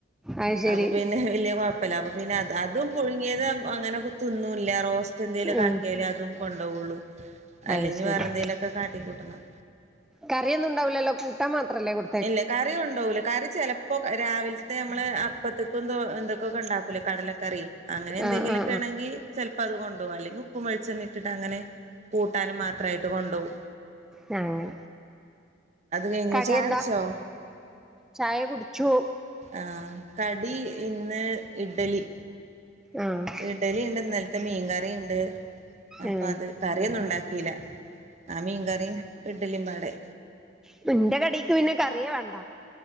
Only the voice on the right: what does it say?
അപ്പൊ പിന്നെ വല്യകൊഴപ്പല്ല അപ്പ പിന്നെ അതും പുഴുങ്ങിയത് അങ്ങനെ തിന്നുല്ല റോസ്റ്റ് എന്തോലൊക്കെ
ആക്കിയാലേ അതും കൊണ്ടോ വോള്ളു അല്ലെങ്കി
വേറെ എന്തേലൊക്കെ കാട്ടിക്കൂട്ടണം
ഇല്ല കറി കൊണ്ടോവൂല കറി ച്ചെല ഇപ്പൊ രാവിലത്തെ നമള് അപ്പത്ത്ക്കൊക്കെ ദോ എന്തൊ ക്കൊക്കെ ഉണ്ടാക്കൂല കടലക്കറി അങ്ങനെ എന്തെങ്കിലൊക്കെ
ആണെങ്കി ചിലപ്പോ അത് കൊണ്ടുപോകും അല്ലെങ്കി ഉപ്പും വെളിച്ചെണ്ണ ഇട്ടിട്ട് അങ്ങനെ കൂട്ടാനും മാത്രായിട്ട് കൊണ്ടോകും
കഴിഞ്ഞു
ചായ കുടിച്ചോ
ആ കടി ഇന്ന് ഇഡലി
ഇഡലി ഉണ്ട് നലത്തെ മീൻകറിണ്ട് അപ്പൊ
അത് കറിയൊന്നും ഉണ്ടാക്കില്ല ആ മീൻകറിം ഇഡലിമ്പാടെ